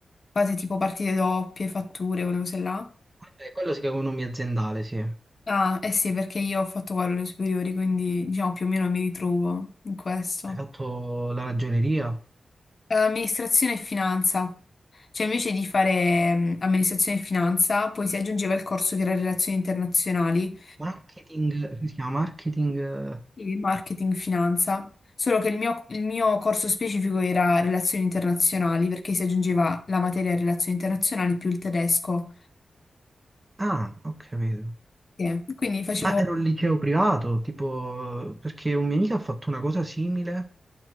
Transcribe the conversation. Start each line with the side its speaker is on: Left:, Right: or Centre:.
Left: Fate tipo partite doppie, fatture, quelle cose là.
Right: Vabbè, quello si chiama economia aziendale, sì. Hai
Left: Ah, eh sì, perché io ho fatto quello alle superiori, quindi diciamo più o meno mi ritrovo in questo.
Right: fatto la ragioneria?
Left: Eh, amministrazione e finanza. Cioè invece di fare mm, amministrazione e finanza, poi si aggiungeva il corso che era relazioni internazionali.
Right: Marketing, come si chiama? Marketing... eh,
Left: Sì, marketing, finanza, solo che il mio, il mio corso specifico era relazioni internazionali perché si aggiungeva la materia relazioni internazionali più il tedesco.
Right: Ah, ho capito.
Left: Sì. Quindi facevo,
Right: Ma era un liceo privato, tipo, perché un mio amico ha fatto una cosa simile